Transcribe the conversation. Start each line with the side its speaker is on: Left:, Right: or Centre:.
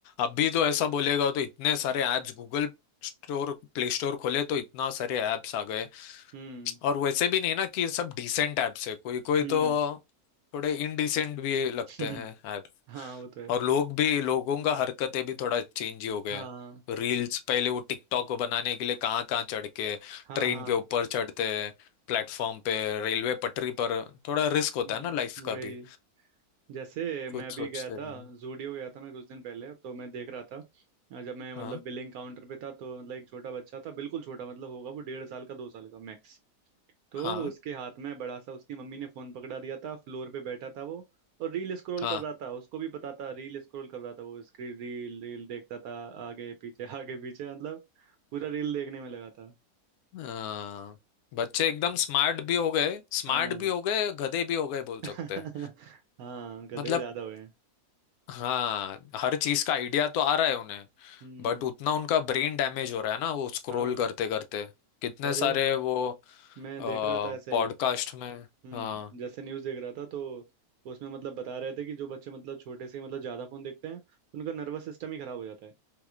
Left: अभी तो ऐसा बोलेगा तो इतने सारे apps Google store play store खोले तो इतना सारे ऐप्स आ गए
Right: हम्म
Left: और वैसे भी नहीं ना कि सब डिसेंट ऐप्स है कोई कोई
Right: हम्म
Left: तो थोड़े इनडिसेंट भी लगते
Right: <laughs>
Left: हैं ऐप
Right: हाँ वो तो है
Left: और लोग भी लोगों का हरकतें भी थोड़ा चेंज ही हो गए
Right: हाँ
Left: रील्स पहले वो टिकटॉक को बनाने के लिए कहाँ कहाँ चढ़ के
Right: हाँ
Left: ट्रेन
Right: हाँ
Left: के ऊपर चढ़ते हैं प्लेटफॉर्म पे रेलवे पटरी पर थोड़ा रिस्क होता
Right: हम्म
Left: है ना लाइफ का
Right: वही
Left: भी
Right: जैसे मैं
Left: कुछ
Right: अभी
Left: सोचते
Right: गया था
Left: नहीं
Right: जूडियो गया था मैं कुछ दिन पहले तो मैं देख रहा था अ, जब मैं मतलब
Left: हाँ
Right: बिलिंग काउंटर पे था तो मतलब एक छोटा बच्चा था बिल्कुल छोटा मतलब होगा वो डेढ़ साल का दो साल का मैक्स तो
Left: हाँ
Right: उसके हाथ में बड़ा सा उसकी मम्मी ने फोन पकड़ा दिया था फ्लोर पे बैठा था वो और रील स्क्रॉल
Left: हाँ
Right: कर रहा था उसको भी पता था रील स्क्रॉल कर रहा था वो स्क्रीन रील रील देखता था आगे पीछे आगे पीछे मतलब पूरा रील देखने में लगा था
Left: अ, बच्चे एकदम स्मार्ट भी हो गए स्मार्ट
Right: हाँ
Left: भी हो गए गधे भी हो गए बोल
Right: <laughs>
Left: सकते हैं
Right: हाँ गधे
Left: मतलब
Right: ज्यादा हुए हैं
Left: हाँ हर चीज का आइडिया तो आ रहा है उन्हें
Right: हम्म
Left: बट उतना उनका ब्रेन डैमेज हो रहा है ना वो स्क्रॉल
Right: हाँ
Left: करते करते कितने
Right: अरे
Left: सारे वो
Right: मैं
Left: पॉडकास्ट
Right: देख रहा था ऐसे ही
Left: में
Right: हम्म
Left: हाँ
Right: जैसे न्यूज़ देख रहा था तो उसमें मतलब बता रहे थे कि जो बच्चे मतलब छोटे से ही मतलब ज़्यादा फ़ोन देखते हैं उनका नर्वस सिस्टम ही ख़राब हो जाता है